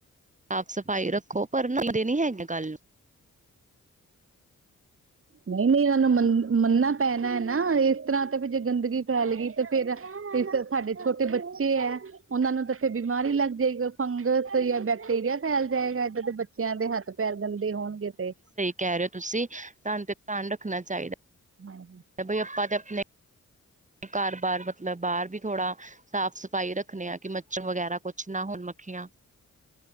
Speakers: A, on the right; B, on the right.
A: ਸਾਫ਼ ਸਫ਼ਾਈ ਰੱਖੋ ਪਰ ਮਨਦੇ ਨੀ ਹੈਗੇ ਗਲ ਨੂੰ।
B: ਨਈ-ਨਈ ਔਨਾਂ ਨੂੰ ਮੰਨ ਮੰਨਨਾ ਪੈਨਾ ਐ ਨਾ ਇਸ ਤਰ੍ਹਾਂ ਤਾਂ ਵੀ ਜੇ ਗੰਦਗੀ ਫੈਲ ਗੀ ਤੇ ਫੇਰ ਤਾਂ ਸਾਡੇ ਛੋਟੇ ਬੱਚੇ ਐ। ਔਨਾਂ ਨੂੰ ਤਾਂ ਫੇਰ ਬਿਮਾਰੀ ਲੱਗ ਜਾਏਗੀ ਫੰਗਸ ਯਾ ਬੈਕਟੀੇਰੀਆ ਫੈਲ ਜਾਏਗਾ ਏਦਾਂ ਦੇ ਬੱ ਚੇਆਂ ਦੇ ਹੱਥ ਪੈਰ ਗੰਦੇ ਹੋਨਗੇ ਤੇ।
A: ਕੈ ਰਏ ੳ ਤੁਸੀਂ ਤਾਨੂ ਤੇ ਧਿਆਨ ਰੱਖਨਾ ਚਾਈਦੈ।
B: ਹੂੰ।
A: ਬਈ ਆਪਾਂ ਤੇ ਆਪਨੇ ਘਾਰ ਬਾਰ ਮਤਲਬ ਬਾਰ ਵੀ ਥੋੜਾ ਸਾਫ਼ ਸਫ਼ਾਈ ਰੱਖਨੈ ਆਂ ਕਿ ਮੱਛਰ ਵਗੈਰਾ ਕੁਛ ਨਾ ਹੋਨ ਮੱਖੀਆਂ